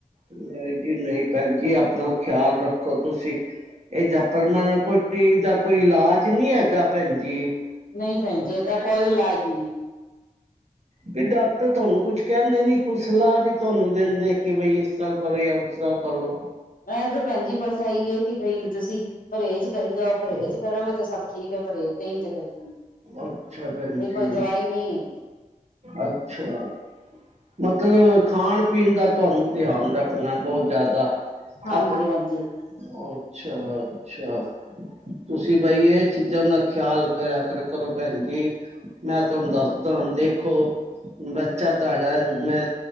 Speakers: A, on the right (about 50°); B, on the left (about 80°).
A: ਨਹੀਂ ਜੀ ਨਹੀਂ ਭੈਣ ਜੀ ਆਪਣਾ ਖਿਆਲ ਰੱਖੋ ਤੁਸੀਂ। ਇਹਦਾ ਪਰਮਾਣ ਕੋਟੀ ਦਾ ਕੋਈ ਇਲਾਜ ਨੀ ਹੈਗਾ ਭੈਣ ਜੀ।
B: ਨਹੀਂ ਭੈਣ ਜੀ ਇਹਦਾ ਕੋਈ ਇਲਾਜ ਨੀ।
A: ਵੀ ਡਾਕਟਰ ਤੁਹਾਨੂੰ ਕੁਛ ਕਹਿੰਦੇ ਨੀ ਕੁਈ ਸਲਾਹ ਨੀ ਤੁਹਾਨੂੰ ਦਿੰਦੇ ਕਿ ਬਈ ਇਸਰਾ ਕਰੋ ਯਾ ਉਸਰਾ ਕਰੋ।
B: ਇਹ ਤੇ ਭੈਣ ਜੀ ਬਸ ਇਈਏ ਕਿ ਬਈ ਤੁਸੀਂ ਪਰਹੇਜ਼ ਕਰੀ ਜਾਓ ਪਰਹੇਜ਼ ਕਰੋਗੇ ਤੇ ਸ ਠੀਕ ਹੈ ਪਰਹੇਜ਼ <unintelligible>
A: ਅੱਛਾ ਭੈਣ
B: ਜੇ ਕੋਈ
A: ਜੀ
B: ਦਵਾਈ ਨੀ ਹੈਗੀ।
A: ਅੱਛਾ ਮਤਲਬ ਖਾਣ ਪੀਣ ਦਾ ਤੁਹਾਨੂੰ ਧਿਆਨ ਰੱਖਣਾ ਬੋਹ ਜਾਦਾ।
B: ਹਾਂਜੀ
A: ਆਪ ਅੱਛਾ-ਅੱਛਾ
B: ਹਾਂਜੀ
A: ਤੁਸੀਂ ਬਈ ਇਹ ਚੀਜ਼ਾਂ ਦਾ ਖਿਆਲ ਕਰਿਆ ਕਰ ਕਰੋ ਭੈਣ ਜੀ। ਮੈਂ ਤੁਹਾਨੂੰ ਦੱਸਦਾ ਦੇਖੋ ਬੱਚਾ ਤੁਹਾਡਾ ਮੈਂ